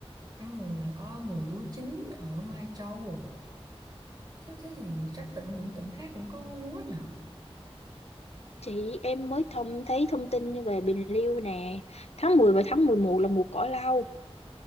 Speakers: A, on the right; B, on the left.
A: Tháng 10 là có mùa lúa chín ở Mai Châu. Chứ thế thì chắc tỉnh những tỉnh khác cũng có lúa nhỉ?
B: Chị em mới thông thấy thông tin về Bình Liêu nè, tháng 10 và tháng 11 là mùa cỏ lau.